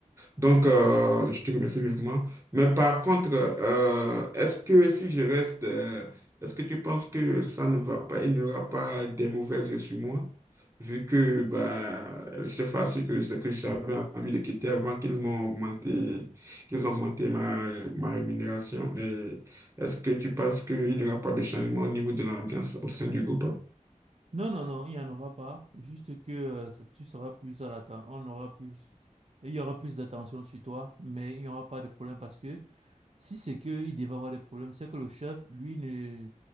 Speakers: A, on the right (about 20°); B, on the right (about 50°).
A: Donc, euh, je te remercie vivement. Mais par contre, euh, est-ce que si je reste, euh, est-ce que tu penses que ça ne va pas, il n'y aura pas des mauvais yeux sur moi? Vu que bah, je te fasse que c'est que j'avais envie de quitter avant qu'ils m'ont augmenté, qu'ils ont augmenté ma, ma rémunération. Et est-ce que tu penses qu'il n'y aura pas de changement au niveau de l'ambiance au sein du groupe?
B: Non, non, non, il n'y en aura pas. Juste que euh, ça- tu seras plus à l'attente. On aura plus il y aura plus d'attention sur toi, mais il n'y aura pas de problème parce que si c'est qu'il devait avoir des problèmes, c'est que le chef, lui, ne,